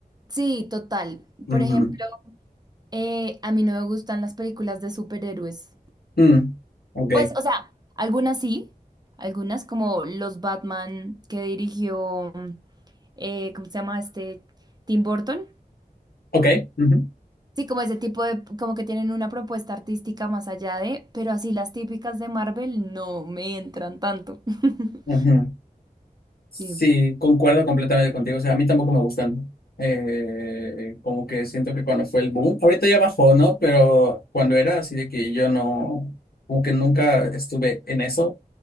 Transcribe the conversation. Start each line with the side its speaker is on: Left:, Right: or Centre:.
Right: Sí, total.
Left: Ujú.
Right: Por ejemplo, eh, a mí no me gustan las películas de superhéroes.
Left: Mm. Ok,
Right: Pues, o sea, algunas sí, algunas como los Batman que dirigió, eh, ¿cómo se llama este? Tim Burton.
Left: ok. Ujú.
Right: Sí, como ese tipo de, como que tienen una propuesta artística más allá de, pero así las típicas de Marvel no me entran tanto. <laughs>
Left: Ujú. Sí,
Right: Sí.
Left: concuerdo completamente contigo. O sea, a mí tampoco me gustan. Eh, como que siento que cuando fue el boom, ahorita ya bajó, ¿no? Pero cuando era así de que yo no, como que nunca estuve en eso,